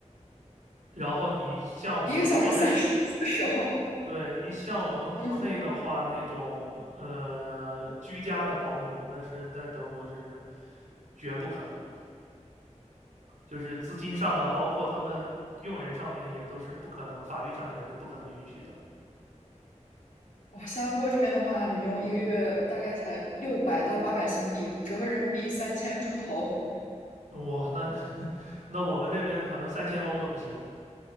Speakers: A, on the right (about 85°); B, on the left (about 80°).
A: 然后你像我们国内，
B: <laughs> 一个小时三十到四十欧。
A: 对，你像我们国内的话，
B: <laughs> 嗯，
A: 那种呃居家的保姆，那是在德国这是绝不可能的，就是资金上啊，包括他们用人上面也都是不可能，法律上也是不可能允许的。
B: 哇，新加坡这边的话，女佣一个月大概才六百到八百新币，折合人民币三千出头。
A: 哇，那 <laughs> 那我们这边可能三千欧都不行。